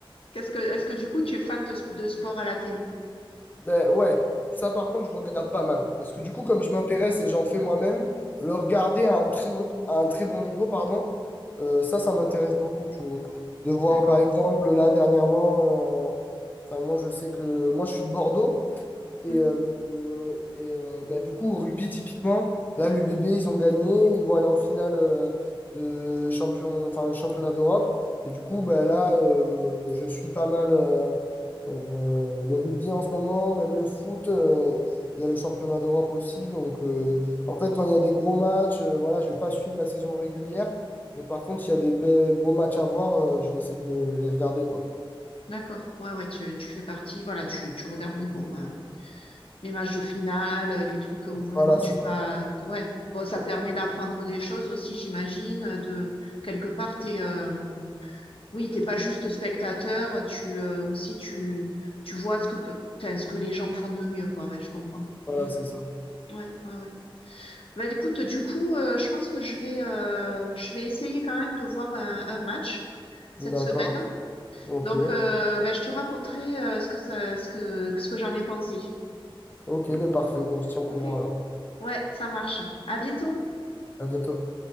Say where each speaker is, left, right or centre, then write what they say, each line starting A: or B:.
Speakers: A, on the left (about 80°); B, on the left (about 20°).
A: Qu'est-ce que est-ce que du coup tu es fan de, sp- de sport à la télé?
B: Ben ouais, ça par contre, je regarde pas mal. Parce que du coup, comme
A: Mm.
B: je m'intéresse et j'en fais moi-même, le regarder à un très, à un très bon niveau, pardon, euh, ça, ça m'intéresse beaucoup, tu vois. De voir,
A: D'accord.
B: par exemple, là, dernièrement, euh, enfin, moi, je sais que moi, je suis de Bordeaux. Et,
A: Mm.
B: euh, euh, et euh, bah, du coup, au rugby, typiquement, là, l'U B B ils ont gagné. Ils vont aller en finale euh, de champion, enfin, championnat d'Europe. Et du coup, bah, là, euh, je suis pas mal euh, euh, le rugby en ce moment, même le foot. euh, il y a le championnat d'Europe aussi. Donc, euh, en fait, quand il y a des gros matchs, euh, voilà, je vais pas suivre la saison régulière. Mais par contre, s'il y a des be- beaux matchs à voir, euh, je vais essayer de me les regarder, quoi.
A: D'accord. Ouais, ouais, tu, tu fais partie. Voilà, tu, tu regardes les bons euh, les matchs de finale, euh, les trucs où vraiment
B: Voilà,
A: tu
B: c'est
A: vas.
B: ça.
A: Ouais. Bon, ça permet d'apprendre des choses aussi, j'imagine, de quelque part, t'es, euh, Oui, t'es pas juste spectateur, tu euh, aussi tu tu vois ce que peut, enfin, ce que les gens font de mieux, quoi. Ouais, je comprends.
B: Voilà,
A: Mm.
B: c'est ça.
A: Ouais, ouais, ouais. Bah écoute, du coup, euh, je pense que je vais euh, je vais essayer quand même de voir un, un match cette
B: D'accord.
A: semaine.
B: Ok.
A: Donc, euh, bah, je te raconterai euh, ce que ça, ce que ce que j'en ai pensé.
B: Ok, mais parfait. Bon, on se tient au
A: Ok.
B: courant alors.
A: Ouais, ça marche. À bientôt.
B: À bientôt.